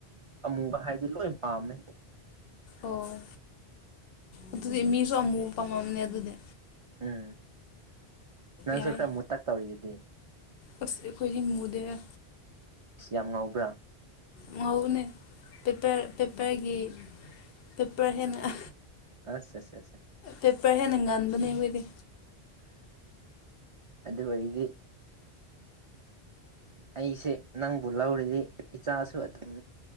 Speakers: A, on the right (about 60°); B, on the left (about 65°).
A: ꯑꯃꯨꯕ ꯍꯥꯏꯗꯤ ꯂꯣꯏ ꯄꯥꯝꯃꯦ
B: ꯑꯣ ꯑꯗꯨꯗꯤ ꯃꯤꯁꯨ ꯑꯃꯨ ꯄꯥꯃꯝꯅꯦ ꯑꯗꯨꯗꯤ
A: ꯎꯝ ꯅꯪꯁꯨ
B: ꯌꯥꯏ
A: ꯈꯔ ꯃꯨꯠꯇꯥꯛ ꯇꯧꯔꯤꯁꯤꯗꯤ
B: ꯑꯁ ꯑꯩꯈꯣꯏꯗꯤ ꯃꯨꯗꯦꯍꯦ
A: ꯑꯁ ꯌꯥꯝ ꯉꯧꯕ꯭ꯔꯥ
B: ꯉꯧꯕꯅꯦ ꯄꯦꯄꯔ ꯄꯦꯄꯔꯒꯤ ꯄꯦꯄꯔ ꯍꯦꯟꯅ
A: ꯑꯁ ꯑꯁ
B: ꯄꯦꯄꯔ ꯍꯦꯟꯅ ꯉꯟꯥꯕꯅꯦ ꯈꯣꯏꯗꯤ
A: ꯑꯗꯨꯑꯣꯏꯔꯗꯤ ꯑꯩꯁꯦ ꯅꯪꯕꯨ ꯂꯧꯔꯗꯤ ꯏꯆꯥꯁꯨ ꯑꯗꯨꯝ